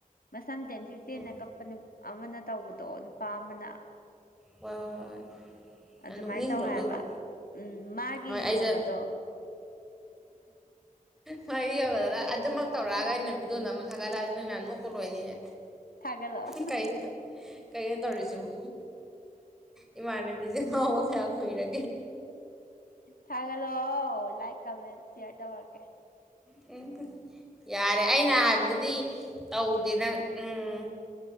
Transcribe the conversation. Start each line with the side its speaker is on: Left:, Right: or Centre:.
Left: ꯁꯝꯇꯦꯟ ꯁꯤꯇꯦꯅ
Centre: ꯍꯣꯏ
Left: ꯀꯛꯄꯅꯦ ꯑꯃꯅ ꯇꯧꯕꯗꯣ ꯅꯨꯄꯥ ꯑꯃꯅ
Centre: ꯍꯣꯏ ꯍꯣꯏ ꯍꯣꯏ
Left: ꯑꯗꯨꯃꯥꯏꯅ
Centre: ꯅꯣꯛꯅꯤꯡꯗ꯭ꯔꯣ
Left: ꯇꯧ ꯍꯥꯏꯕ
Centre: ꯑꯗꯨꯗꯣ
Left: ꯎꯝ ꯃꯥꯒꯤ
Centre: ꯍꯣꯏ ꯑꯩꯁꯦ
Left: ꯌꯣꯒꯗꯣ
Centre: ꯁ ꯌꯧꯒꯗꯅ ꯑꯗꯨꯃꯛ ꯇꯧꯔꯒꯥꯏꯅꯦꯕꯤꯗꯨꯣ ꯅ ꯑꯃ ꯊꯒ ꯂ ꯅꯣꯏ ꯃꯃ ꯀꯣꯂꯣꯏꯅꯤꯅꯦ
Left: ꯊꯥꯒꯠꯂꯛꯑꯣ
Centre: ꯀ ꯇ ꯀꯩꯅ ꯇꯧꯔꯤꯁꯤꯕꯨ ꯏ ꯃꯥꯅꯦ ꯖꯦ ꯉ ꯈꯈꯣꯏꯔꯦ
Left: ꯊꯒ ꯂꯣ ꯑꯣ ꯂꯥꯏꯛ ꯀꯃꯦꯟ ꯁꯦꯔ ꯇꯧꯔꯛꯀꯦ
Centre: ꯍ ꯌꯥꯔꯦ ꯑꯩꯅ ꯍꯥꯏꯕꯗꯨꯗꯤ ꯇꯧꯗꯦ ꯅꯪ ꯎꯝ